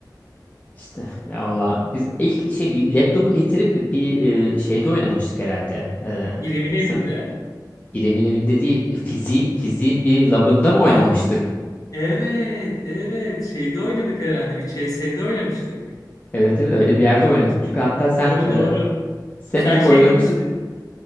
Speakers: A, on the left; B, on the left.
A: işte ya valla biz ilk şey bir laptopu getirip bir e, şeyde oynamıştık herhalde. E,
B: İrem'in evinde.
A: sa- İrem'in evinde değil e, fizi, fiziğin bir labında mı oynamıştık?
B: Aa, evet, evet. Şeyde oynadık herhalde, bir CS'de oynamıştık.
A: Evet evet öyle bir yerde oynadık. Çünkü hatta sen
B: Doğru,
A: e,
B: doğru.
A: sen
B: Sen
A: ilk
B: şey
A: oynamıştın.
B: demiştin.